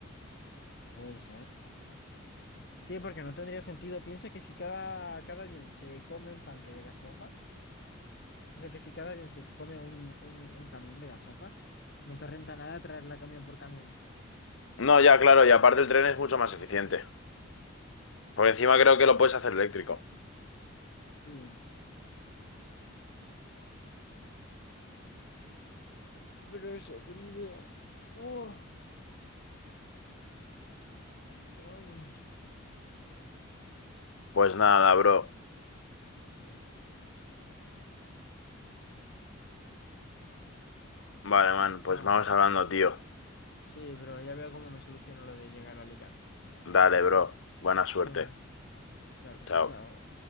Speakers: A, on the left (about 50°); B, on the left (about 70°).
A: Puede ser. Sí, porque no tendría sentido. Piensa que si cada, cada avión se come un tanque de gasofa, o sea que si cada avión se come un, un, un camión de gasofa, no te renta nada traerla camión por camión.
B: No, ya, claro, y aparte el tren es mucho más eficiente. Por encima creo que
A: Claro.
B: lo puedes hacer eléctrico.
A: Sí. Pero eso, que ni idea. Oh, ay.
B: Pues nada, bro.
A: Sí.
B: Vale, man, pues
A: Ah,
B: vamos hablando, tío.
A: sí, pero ya veo cómo me soluciono lo de llegar a Alicante.
B: Dale, bro. Buena suerte.
A: Venga, dale,
B: Chao.
A: chao.